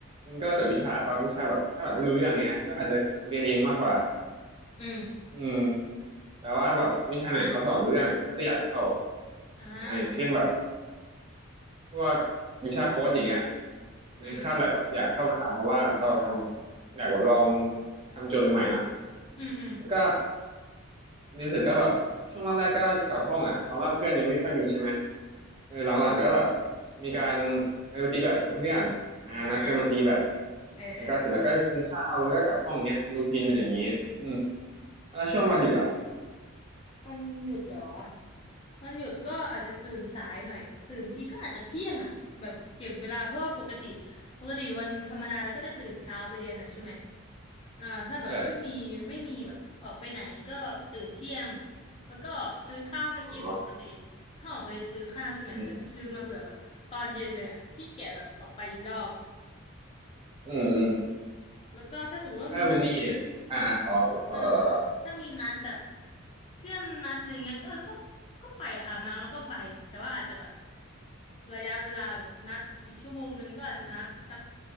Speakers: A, on the right (about 25°); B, on the left (about 25°).
A: มันก็แล้วแต่วิชาบางวิชาแบบถ้าแบบไม่รู้เรื่องเงี้ยก็อาจจะเรียนเองมากกว่า
B: อืม
A: อืมแต่ว่าแบบวิชาไหนเขาสอนรู้เรื่องก็จะอยากเข้า
B: อ่า
A: อ่าอย่างเช่นแบบ พวกวิชาโค้ดอย่างเงี้ย
B: อืม
A: ในคาบแลบอะอยากเข้าไปทำเพราะว่าเราทำอยากแบบลองทำโจทย์ใหม่ๆเนาะ
B: อืมอืม
A: แล้วก็เรียนเสร็จก็แบบช่วงแรกๆก็กลับห้องอะเพราะว่าเพื่อนยังไม่ค่อยมีใช่ไหมเออหลังๆก็แบบมีการเออไปตีแบดกับเพื่อนอ่านัดกันมาตีแบด
B: อ่าเออเออ
A: แล้วก็เสร็จแล้วก็กินข้าวแล้วก็กลับห้องเนี้ยรูทีนเป็นอย่างนี้อืม
B: อืม
A: แล้วช่วงวันหยุดอะ
B: วันหยุดเหรอวันหยุดก็อาจจะตื่นสายหน่อยตื่นทีก็อาจจะเที่ยงอ่ะแบบเก็บเวลาเพราะว่าปกติปกติวันธรรมดาเราก็จะตื่นเช้าไปเรียนอ่ะใช่ไหมอ่าถ้าแบบไม่มีไม่มีแบบออกไปไหนก็ตื่นเที่ยง
A: เออ
B: แล้วก็ซื้อข้าวมากินปกติ
A: อ๋อ
B: ถ้าออกไปซื้อข้าวใช่ไหมก็จะซื้อมาเผื่อแบบตอนเย็นเลยอ่ะขี้เกียจแบบออกไปอีกรอบ
A: อืมอืมอืม
B: อืมแล้วก็ถ้าสมมติว่ามี
A: ถ้าเป็นนี่อ่าอ๋อต่อต่อต่อต่อ
B: เออถ้ามีนัดแบบเพื่อนนัดอะไรเงี้ยก็เออก็ก็ไปอะอาบน้ำแล้วก็ไปแต่ว่าอาจจะแบบระยะเวลาแบบนัดอีกชั่วโมงนึงก็อาจจะนัดอีกสัก